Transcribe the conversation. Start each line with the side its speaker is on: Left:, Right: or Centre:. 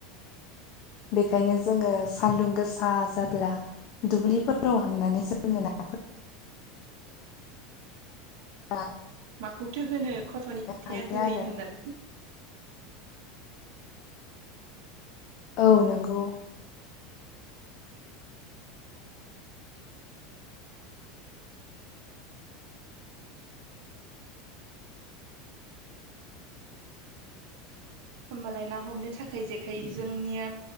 Left: बेखायनो जोङो सान्दुं गोसा जाब्ला दुब्लिफोराव हमनानै जानो ना <unintelligible>
Right: माखौथो होनो खसथ'नि फिथाइआ
Left: हायो
Right: गोदै
Left: आरो
Right: होननानै।
Left: औ नोंगौ। <inaudible>
Right: होमबालाय ना हमनो थाखाय जेखाइ जोंनिया